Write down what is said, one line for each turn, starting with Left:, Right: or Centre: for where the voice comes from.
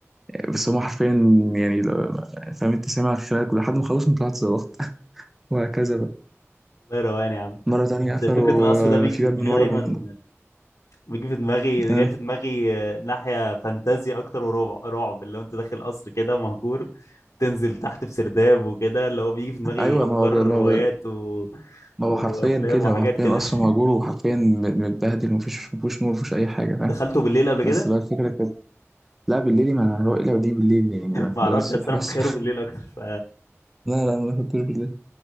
Centre: بس هم حرفيا يعني لو- فاهم انت سامع الخناقه كل لحد ما خلصنا طلعت زلطت <laughs> وهكذا بقى
Left: الله روقان يا عم
Centre: مره تانية قفلوا
Left: ده فكره القصر ده بيجي
Centre: آه، في
Left: في
Centre: باب
Left: دماغي
Centre: من ورا
Left: دايما
Centre: من
Left: بيجي في دماغي
Centre: آه،
Left: جاي في دماغي آه، ناحيه فانتازيا اكتر ورعب رعب اللي هو انت داخل قصر كده ومهجور تنزل تحت في سرداب وكده اللي هو بيجي في دماغي
Centre: ايوه
Left: افكار
Centre: ما هو ما
Left: روايات
Centre: هو
Left: و...
Centre: ما
Left: وافلام
Centre: هو حرفيا كده
Left: وحاجات
Centre: هو حرفيا
Left: كده
Centre: اصلا مهجور وحرفيا متبهدل ومفيش مفيش نور مفيش اي حاجه فاهم
Left: دخلته بالليل قبل
Centre: بس
Left: كده
Centre: بقى الفكره لا بالليل ما انا هروح لو دي بالليل يعني انا في
Left: ما اعرفش
Centre: المدرسة الصبح
Left: بس انا
Centre: بس
Left: متخيله
Centre: <laughs>
Left: بالليل اكتر ف
Centre: لا لا ما ركبتوش بالليل